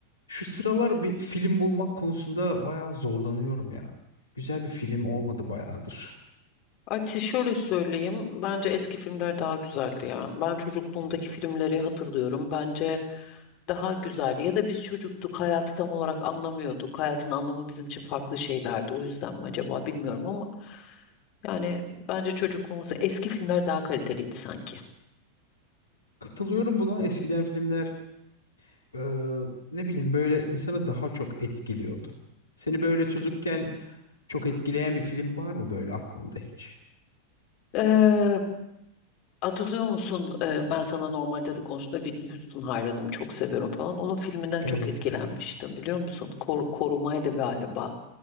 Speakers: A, on the left; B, on the left.
A: Şu sıralar bir film bulmak konusunda bayağı zorlanıyorum ya. Güzel bir film olmadı bayağıdır.
B: Açı şöyle söyleyeyim. Bence eski filmler daha güzeldi ya. Ben çocukluğumdaki filmleri hatırlıyorum. Bence daha güzeldi. Ya da biz çocuktuk, hayatı tam olarak anlamıyorduk. Hayatın anlamı bizim için farklı şeylerdi. O yüzden mi acaba bilmiyorum ama yani bence çocukluğumuzda eski filmler daha kaliteliydi sanki.
A: Katılıyorum buna. Eskiden filmler e, ne bileyim böyle insanı daha çok etkiliyordu. Seni böyle çocukken çok etkileyen bir film var mı böyle aklında hiç?
B: Ee, Hatırlıyor musun? Ee, ben sana normalde de konuştuğumda Whitney Houston hayranıyım, çok seviyorum falan. Onun filminden
A: Evet,
B: çok etkilenmiştim
A: evet.
B: biliyor musun? Kor- korumaydı galiba.